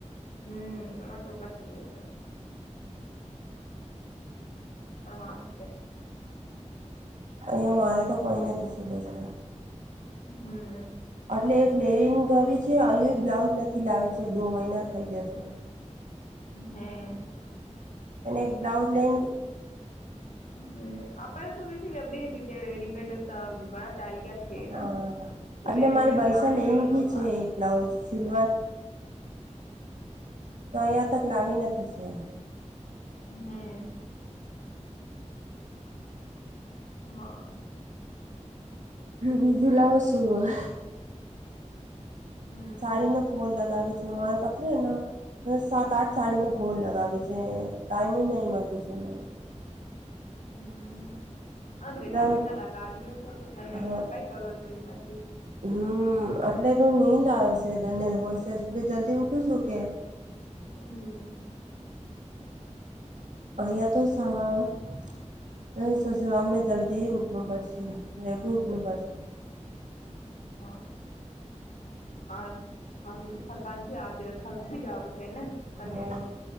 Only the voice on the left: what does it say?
હમ ઘણા ચોક્સ. <unintelligible> હા.
હમ્મ.
હમ્મ.
હમ આપડે તો વ વ બે રીતે રેડીમેડ ઘણા. ચાલ્યા છે
તું
રેડીમેડ
લા ને
પહેનલોને
વાર.
હમ્મ. હા.
હમ
હમ અ બેઠા
બેઠા લગા લ્યો છો તો તને
કઈ કરો છ નથી.
હમ્મ.
હ ખા હ થ. કણ ભી આજે થક ભી જાવ છેને તને.